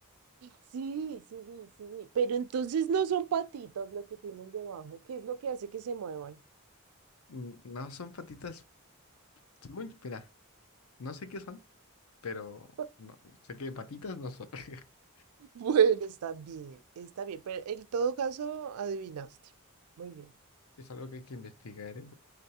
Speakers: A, on the right (about 85°); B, on the left (about 80°).
A: Sí, sí, sí, sí. Pero entonces no son patitas lo que tienen debajo. ¿Qué es lo que hace que se muevan?
B: Mm, No son patitas. Según, mira, no sé qué son, pero
A: <laughs>
B: no, sé que patitas no son. <laughs>
A: Bueno, está bien, está bien. Pero en todo caso, adivinaste. Muy bien.
B: Es algo que hay que investigar, ¿eh?